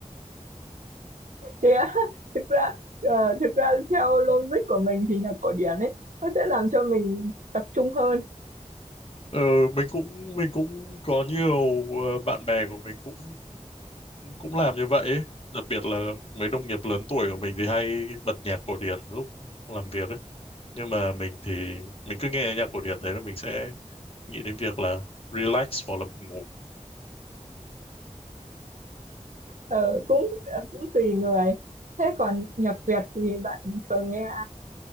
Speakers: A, on the right (about 80°); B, on the left (about 50°).
A: thế á? <laughs> thực ra ờ, thực ra theo logic của mình thì nhạc cổ điển ấy nó sẽ làm cho mình tập trung hơn
B: Ờ, mình cũng mình cũng có nhiều ờ, bạn bè của mình cũng cũng làm như vậy ấy. Đặc biệt là mấy đồng nghiệp lớn tuổi của mình thì hay bật nhạc cổ điển lúc làm việc ấy nhưng mà mình thì mình cứ nghe nhạc cổ điển thế là mình sẽ nghĩ đến việc là relax hoặc là buồn ngủ
A: Ờ, cũng cũng tùy người thế còn nhạc Việt thì bạn thường nghe